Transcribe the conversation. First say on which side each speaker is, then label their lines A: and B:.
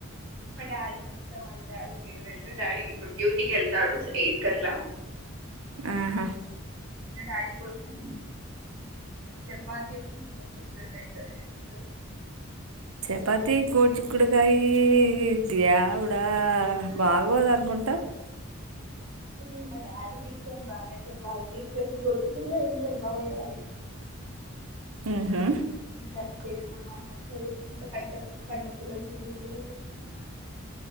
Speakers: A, on the right; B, on the right.
A: మా డాడీకి ఇష్టం మా డాడీ ఫేవరెట్ డాడీ ఇప్పుడు డ్యూటీకి వెళ్తాడు ఎయిత్ అట్లా
B: ఆహా
A: మీ డాడీ కోసం చపాతి ఉన్నా గోరుచిక్కుడుకాయ కర్రీ చేస్తారు
B: చపాతి గోరుచిక్కుడుకాయ ఈఈ దేవుడు బాగోదు అనుకుంటా
A: ఉమ్ మా డాడి కి ఇష్టం బాగా చపాతి వి ప్లస్ గోరుచిక్కుడుకాయ తింటాడు బాగా డాడీ
B: ఉహు
A: <unintelligible> మా అమ్మ వస్తుంది అ కట్ట పూ కట్ట పూలాలు చీపురి పూలలు